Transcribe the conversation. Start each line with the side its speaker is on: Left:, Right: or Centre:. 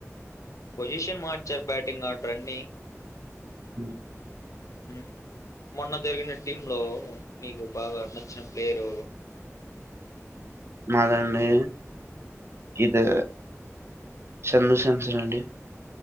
Left: పోసిషన్ మాడ్ చ్చర్ బ్యాటింగ్ ఆడ్రన్ని
Right: హ్మ్
Left: హ్మ్ మొన్న జరిగిన టీమ్ లో నీకు బాగా నచ్చిన ప్లేయర్ ఎవరు
Right: మాదండి ఇది సంజుశాంసన్ అండి